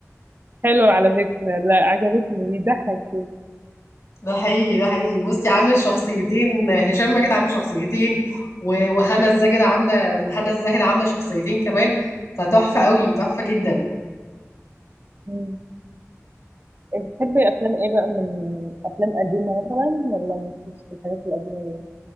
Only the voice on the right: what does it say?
حلو على فكرة لا عجبتني بيضحك كده
مم. بتحبي أفلام إيه بقى من أفلام قديمة مثلا ولا مالكيش في الحاجات القديمة دي؟